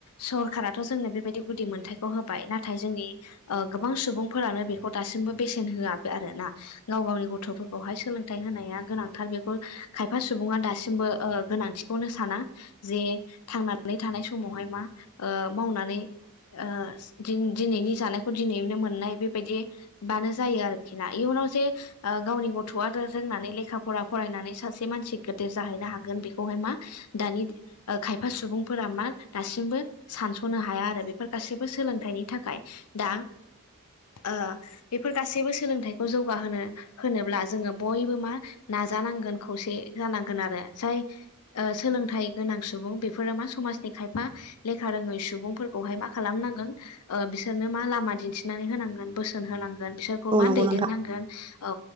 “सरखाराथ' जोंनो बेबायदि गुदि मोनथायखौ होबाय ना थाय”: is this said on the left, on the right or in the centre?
Left